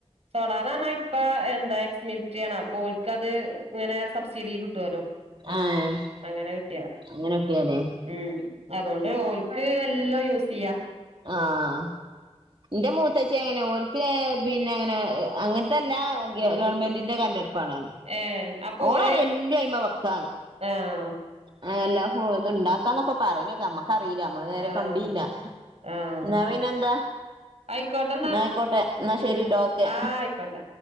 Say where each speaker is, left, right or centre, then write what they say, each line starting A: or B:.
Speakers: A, on the right; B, on the right.
A: സോളാറാർണ ഇപ്പ എന്താ എക്സ് മിൽട്രി ആണ്, അപ്പോൽക്കത് ങ്ങനെ സബ്സിഡി കിട്ടോലോ.
B: ആഹ്
A: അങ്ങനെ കിട്ട്യത
B: അങ്ങനെ കിട്ടിയാലേ
A: ഉം. തോണ്ട് ഓൽക്ക് എല്ലു യൂസെയ്യാ.
B: ആഹ്. ന്റെ മൂത്തച്ച്യങ്ങനെ ഓൽക്ക് ഏ പിന്നെ ങ്ങനെ അങ്ങൻത്തല്ലാ. ഗ്യ
A: ഉം
B: ഗവൺമെന്റിന്റെ കര്ൻ്റട്പ്പാണ്.
A: ഏഹ് അപ്പൊ
B: ഓളറി
A: ഓല്
B: എല്ലു അയ്മ വക്കാന്ന്.
A: ആഹ്
B: അങ്ങല്ലാ ഫു ഇതുണ്ടാക്കാന്നൊക്കെ പറിണേക്ക അമ്മക് കറീല അമ്മള് നേരെ
A: ആഹ്
B: കണീല്ല,
A: ആഹ്
B: ന്നാ പിന്നെന്താ?
A: ആയിക്കോട്ടെന്നാ
B: ന്നായ്ക്കോട്ടെ ന്നാ ശരിട്ടോ
A: ഉം
B: ഒ ക്കെ.
A: ആഹ് ആയിക്കോട്ടെ